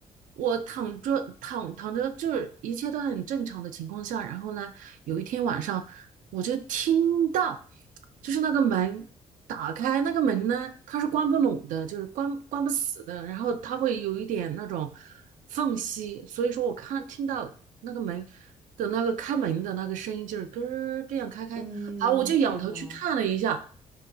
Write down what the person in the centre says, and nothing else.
嗯，
天呐，